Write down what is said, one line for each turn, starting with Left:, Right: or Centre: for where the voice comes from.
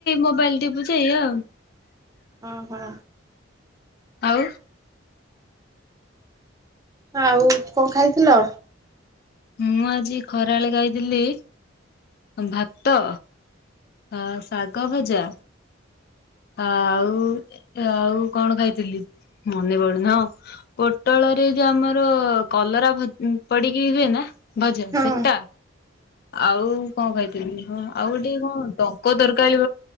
Left: ମୋବାଇଲ ଟିପୁଛି ଏୟା
Right: ଓ ହୋ।
Left: ଆଉ
Right: ଆଉ କଣ ଖାଇଥିଲ?
Left: ମୁଁ ଆଜି ଖରାବେଳେ ଖାଇଥିଲି ଭାତ ହଁ ଶାଗ ଭଜା ଆଉ ଆଉ କଣ ଖାଇଥିଲି? ମନେ ପଡୁନି ହଁ ପୋଟଳରେ ଯୋଉ ଆମର କଲରା ଭ ପଡିକି ହୁଏ ନା ଭଜା
Right: ହଁ
Left: ସେଟା ଆଉ କଣ କହିଥିଲି ହଁ ଆଉ ଗୋଟେ କଣ ଡଙ୍କ ତରକାରୀ